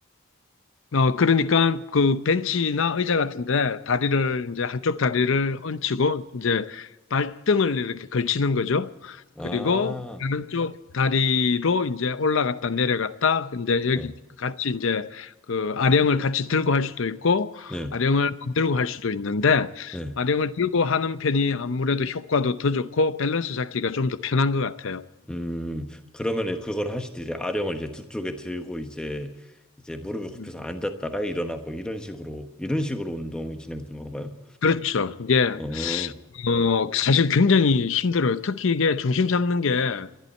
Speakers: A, on the left (about 60°); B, in the centre.
A: 어, 그러니까 그 벤치나 의자 같은데 다리를 이제 한쪽 다리를 얹히고 이제 발등을 이렇게 걸치는 거죠.
B: 아,
A: 그리고 다른 쪽 다리로 이제 올라갔다 내려갔다 이제 여기
B: 네,
A: 같이 이제 그 아령을 같이 들고 할 수도 있고
B: 네,
A: 아령을 안 들고 할 수도 있는데
B: 네.
A: 아령을 들고 하는 편이 아무래도 효과도 더 좋고 밸런스 잡기가 좀 더 편한 것 같아요.
B: 음, 그러면은 그걸 하실 때 이제 아령을 이제 두 쪽에 들고 이제 이제 무릎을 굽혀서
A: 음.
B: 앉았다가 일어나고 이런 식으로 이런 식으로 운동이 진행되는 건가요?
A: 그렇죠. 이게
B: 어,
A: 어, 사실 굉장히 힘들어요. 특히 이게 중심 잡는 게